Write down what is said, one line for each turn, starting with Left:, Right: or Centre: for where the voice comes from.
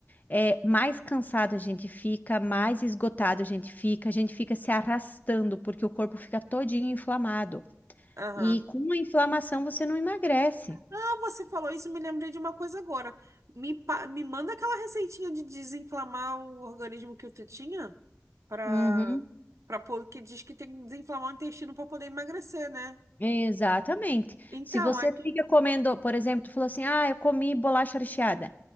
Left: é, mais cansado a gente fica, mais esgotado a gente fica, a gente fica se arrastando porque o corpo fica todinho inflamado.
Right: Aham.
Left: E com a inflamação você não emagrece.
Right: Ah, você falou isso, me lembrei de uma coisa agora. Me, pa- me manda aquela receitinha de desinflamar o organismo que tu tinha para
Left: Uhum,
Right: para pôr, que diz que tem que desinflamar o intestino para poder emagrecer, né?
Left: exatamente.
Right: Então,
Left: Se você
Right: aí tu.
Left: fica comendo, por exemplo, tu falou assim: ah, eu comi bolacha recheada.